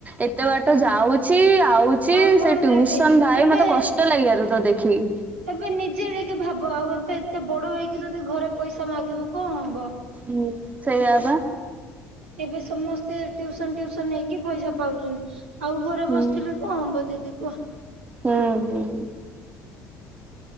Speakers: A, on the right (about 25°); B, on the right (about 80°).
A: ଏତେ ବାଟ ତ ଯାଉଚି ଆଉଚି
B: ଆଉ କଣ
A: ସେ ଟ୍ୟୁସନ
B: ଦିଦି
A: ଭାଇ
B: ଏବେ
A: ମତେ କଷ୍ଟ ଲାଗେବାର ତ ଦେଖିକି
B: ଏବେ ନିଜେ ଟିକେ ଭାବ ଆଉ ଏବେ ଏତେ ବଡ଼ ହେଇକି ଯଦି ଘରେ ପଇସା ମାଗିବୁ କଁ ହବ?
A: ହୁଁ ସେଇଆ ବା।
B: ଏବେ ସମସ୍ତେ ଟ୍ୟୁସନ ଟ୍ୟୁସନ ନେଇକି ପଇସା ପାଉଚନ୍ତି। ଆଉ ଘରେ
A: ହୁଁ
B: ବସିଥିଲେ କଁ ହବ ଦିଦି କୁହ?
A: ହୁଁ ହୁଁ।